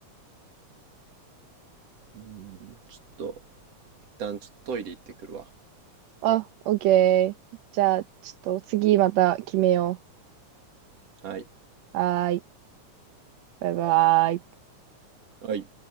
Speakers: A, on the right; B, on the right.
A: うん、ちょっと、一旦ちょっとトイレ行ってくるわ。
B: あ、オッケー。じゃあ、ちょっと次また決めよ
A: はい。
B: う。はーい。バイバーイ。
A: はい。